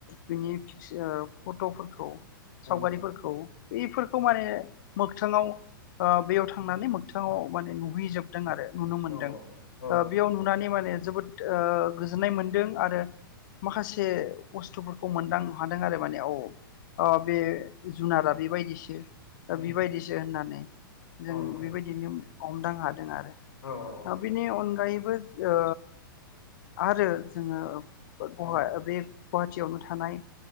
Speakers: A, on the left; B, on the left.
A: बिनि ओ फट'फोरखौ सावगारिफोरखौ
B: उम
A: बेफोरखौ माने मोगथाङाव ओ बेयाव थांनानै मोगथाङाव माने नुहैजोबदों आरो नुनो मोनदों
B: औ औ
A: ओ बेयाव नुनानै माने जोबोद ओ गोजोन्नाय मोनदों आरो माखा से बुस्थुफोरखौ मोनदांनो हादों आरो माने औ ओ बे जुनारा बेबायदिसो
B: उम
A: बेबायदिसो होननानै जों
B: औ नोंथां
A: बेबायदिनो हमदां हा आरो
B: औ औ
A: बेनि अनगायैबो ओ आरो जोङो गहा
B: औ दा
A: बे गुवाहाटियावनो थानाय